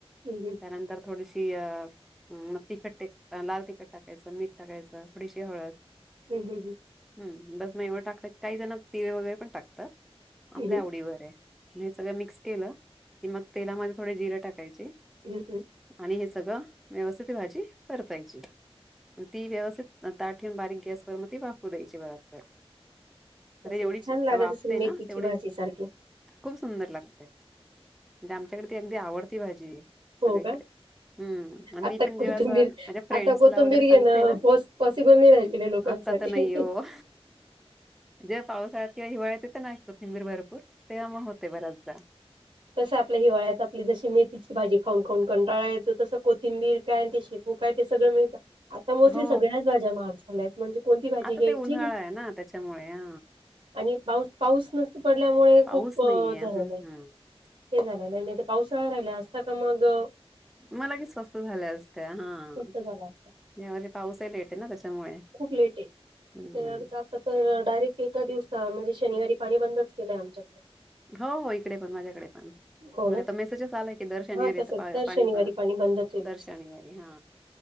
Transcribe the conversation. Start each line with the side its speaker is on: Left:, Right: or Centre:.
Right: हम्म हम्म.
Centre: त्यानंतर थोडीशी अ मग तिखट, लाल तिखट टाकायचं, मीठ टाकायचं, थोडीशी हळद.
Right: हम्म हम्म हम्म.
Centre: हम्म, बस मग एवढं टाकलं काही जण तिळे वगैरे पण टाकतात, आपल्या
Right: हम्म
Centre: आवडीवर आहे. हे सगळं मिक्स केलं, की मग तेलामध्ये थोडे जिरे टाकायचे.
Right: हम्म हम्म.
Centre: आणि हे सगळं व्यवस्थित भाजी परतायची. ती व्यवस्थित ताठ ठेून बारीक गॅसवर मग ती वाफू द्यायची बराच वेळ. अरे
Right: असं
Centre: एवढीच
Right: छान लागत
Centre: वाफते
Right: असेल मेथीची
Centre: ना तेवढी
Right: भाजी सारखी
Centre: खूप सुंदर लागतय, म्हणजे आमच्याकडे ती अगदी आवडती भाजी आहे,
Right: हो
Centre: सगळीकडे.
Right: का
Centre: हम्म, आणि
Right: आता
Centre: मी पण
Right: कोथिंबीर
Centre: जेव्हा असं माझ्या फ्रेंडस
Right: आता कोथंबीर
Centre: ला वगैरे सांगते
Right: घेणं
Centre: ना
Right: पॉस पॉसिबल नाही राहिलेलं लोकांसाठी.
Centre: आता नाही ये, हो. जे पावसाळ्यात किंवा हिवाळ्यात तिथे कोथिंबीर भरपूर, तेव्हा मग होते बऱ्याचदा.
Right: तस आपल्या हिवाळ्यात आपली जशी मेथीची भाजी खाऊन खाऊन कंटाळा येतो, तसं कोथिंबीर काय हो, काय ते सगळं मिळत. आता मोस्टली
Centre: हो
Right: सगळ्याच भाज्या महाग झाल्या आहेत, म्हणजे कोणती भाजी
Centre: आता
Right: घ्यायची
Centre: ते उन्हाळा
Right: आणि
Centre: आहे ना त्याच्यामुळे हा
Right: आणि पाऊस-पाऊस नस पडल्यामुळे
Centre: पाऊस
Right: खूप
Centre: नाहीये
Right: अह झरायलाय.
Centre: हम्म
Right: ते झालं नाही, नाही तर पावसाळा राहिला असता का मगं
Centre: मग लगेच स्वस्त झाले असत्या हां.
Right: स्वस्त झाला असता.
Centre: यावर्षी पाऊसही लेट आहे ना, त्याच्यामुळे
Right: खूप लेट आहे.
Centre: हम्म.
Right: तर आता तर डायरेक्ट एका दिवसा म्हणजे, शनिवारी पाणी बंदच केलंय आमच्याकडे
Centre: हो हो, इकडे पण माझ्याकडे पण,
Right: हो
Centre: म्हणजे
Right: ना
Centre: आता मेसेजस आलाय, की दर शनिवारी
Right: हा तसंच
Centre: आता पा
Right: दर
Centre: पाणी
Right: शनिवारी बंदच होईल
Centre: दर
Right: असं
Centre: शनिवारी हा.